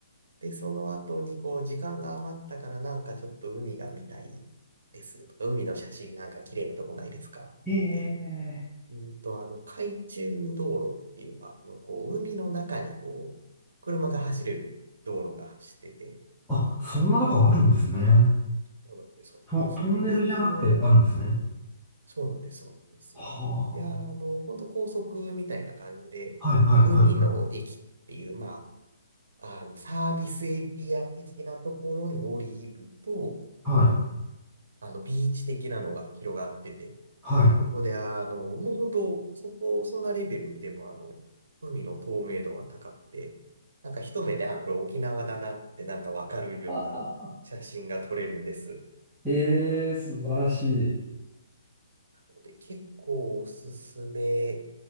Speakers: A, on the right; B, in the centre.
A: で、その後にこう、時間が余ったからなんかちょっと海が見たいですとか、海の写真なんか綺麗なとこないですかって
B: ええ。
A: 言うと、あの、海中道路っていう、あの、こう、海の中にこう、車が走れる道路が走ってて、
B: あ、そんなとこあるんですね。
A: そうなんです、そうなんです。
B: ト、トンネルじゃなくてあるんですね。
A: で、海の、そうなんです、そうなんです。
B: は
A: で、あの、本当高速みたいな感じで、
B: あ。はい、はい、
A: 海の駅っていう、
B: はい、
A: まあ、あの、サービスエリア的なところに降りると、
B: はい。はい、
A: あの、ビーチ的なのが広がってて、
B: はい。
A: そこで、あの、もう本当、そこ、そんなレベルでも、あの、海の透明度は高くて、なんか一目で、あ、これ沖縄だなって、なんかわかるような写真が撮れるんです。
B: <laughs> ええー、素晴らしい。
A: なので、結構おすすめ